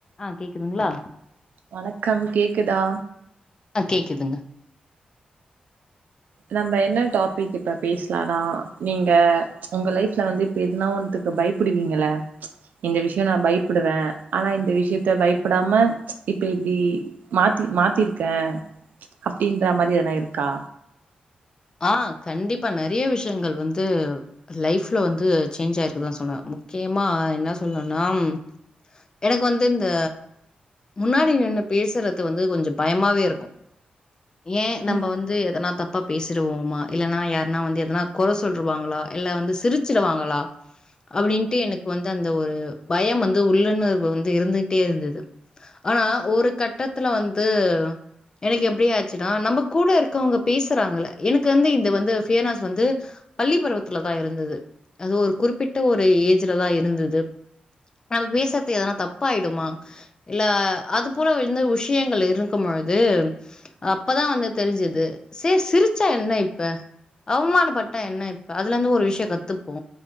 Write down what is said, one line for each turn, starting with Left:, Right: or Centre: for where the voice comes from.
Left: அஹ் கேக்குதுங்ளா
Right: வணக்கம் கேக்குதா
Left: அ கேக்குதுங்க
Right: நம்ம என்ன டாபிக் இப்ப பேஸ்லானா நீங்க உங்க லைப்ல வந்து இப்ப எதுனா ஒண்ணுத்துக்கு பயப்புடுவீங்கள இந்த விஷ்யோ நா பயப்பிடுவ ஆனா இந்த விஷயத்த பயப்டாம இப்ப இப்டி மாத்தி மாத்திர்க்க அப்டின்ற மாரி எதுனா இருக்கா
Left: ஆ கண்டிப்பா நெறிய விஷ்யங்கள் வந்து லைஃப்ல வந்து சேஞ்ச் ஆய்க்குதா சொல்வ முக்கியமா என்ன சொல்ணுனாம் எனக்கு வந்து இந்த முன்னாடி நின்னு பேசுறது வந்து கொஞ்ச பயமாவே இருக்கு ஏ நம்ப
Right: ம்
Left: வந்து எதனா தப் பேசுறுவோமா இல்லனா யார்னா வந்து எதனா கொற சொல்ருவாங்குளா இல்ல வந்து சிரிச்சுடுவாங்களா அப்டின்ட்டு எனக்கு வந்து அந்த ஒரு பயம் வந்து உள்ளன்னர்பு வந்து இருந்துக்ட்டே இருந்துது ஆனா ஒரு கட்டத்துல வந்து எனக்கு எப்டி ஆச்சுனா நம்ம கூட இருக்கவ்ங்க பேஸ் துறாங்கல எனக்கு வந்து இத வந்து ஃபியர்னாஸ் வந்து பள்ளி பருவத்துலதா இருந்தது அது ஒரு குறிப்பிட்ட ஒரு ஏஜ்லதா இருந்தது நம பேசற்து எதனா தப்பாய்டுமா இல்ல அது போல இந்து விஷியங்கள் இருக்குமொழ்து அப்பதா வந்து தெரிஞ்சிது சே சிரிச்சா என்ன இப்ப அவமானப்பட்டா என்ன இப்ப அதுல இருந்து ஒரு விஷ்யோ கத்துப்போ